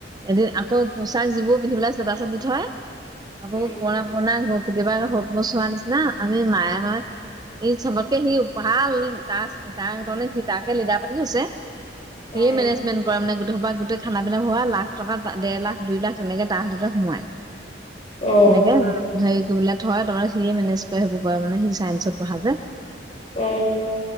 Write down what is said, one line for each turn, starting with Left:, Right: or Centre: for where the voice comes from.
Right: এদিন আকৌ পোচাক যিবোৰ পিন্ধিবলে আছে তাৰওচৰত দি থয় আকৌ
Left: উম
Right: পুৰণা পুৰণা কেতিয়াবা আৰু সুত মুচ হোৱা নিচিনা আমি মায়ে মই ই চবতকে সি ভাল তাৰ তাৰ মানে সি তাকে লিদাৰ পাতি থৈছে। সিয়ে
Left: উম
Right: মেনেজ মেন কৰে মানে গোটেই সোপা গোটই খানা পিনা হোৱা লাখ টকা দেৰ লাখ দুই লাখ তেনেকে তাৰ হাঁততে সোমাই। <inaudible>
Left: অ
Right: এনেকে হেৰি কৰি পেলাই থয় তোমাৰ সিয়ে মেনেজ কৰে সেইবোৰ কৰে মানে সি চাইন্সত পঢ়া যে -
Left: অ